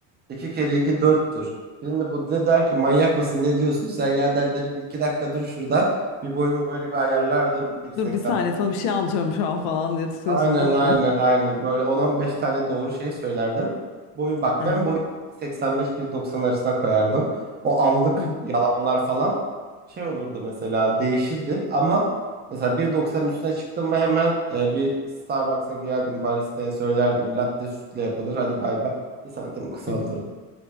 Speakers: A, on the right; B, on the left.
A: İki kere iki dörttür. Birinde bu de der ki manyak mısın ne diyorsun sen ya der derim bir iki dakika dur şurada. Bir boyumu böyle bir ayarlardım. 1.80
B: Dur bir saniye sana bir şey anlatıyorum şu an falan diye tutuyorsun
A: Aynen
B: değil mi
A: aynen
B: adam?
A: aynen. Böyle 10 beş tane doğru şey söylerdim. Boyun bak
B: Aha.
A: ben boyun 85-1.90 arasına koyardım. O anlık
B: Hı hı.
A: yalanlar falan şey olurdu mesela değişirdi ama mesela bir doksanın üstüne çıktım mı hemen e, bir Starbucks'a girerdim baristaya söylerdim latte sütle yapılır hadi bay bay. Bir santim kısaltırdım
B: Hı hı.